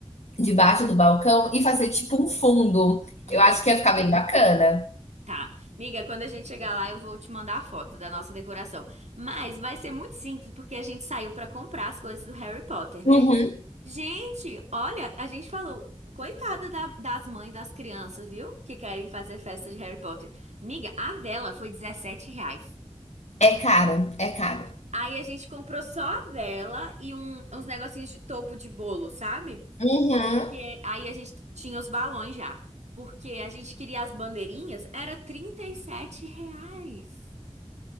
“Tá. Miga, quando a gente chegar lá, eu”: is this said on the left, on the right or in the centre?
Right